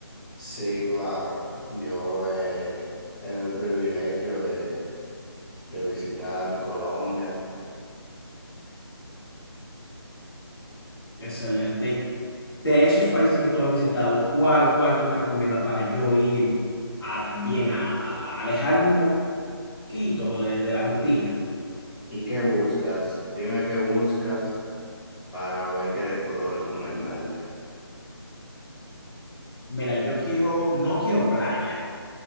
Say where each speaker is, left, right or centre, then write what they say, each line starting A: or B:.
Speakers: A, on the left; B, on the left.
A: Sí, claro. Yo he tenido el privilegio de, de visitar Colombia.
B: Excelente. De esos países que tú has visitado, ¿cuál, cuál tú me recomiendas para yo ir a también a, a- a alejarme un poquito de, de la rutina?
A: ¿Y qué buscas? Dime qué buscas para ver qué puedo recomendarte.
B: Mira, yo quiero, no quiero playa,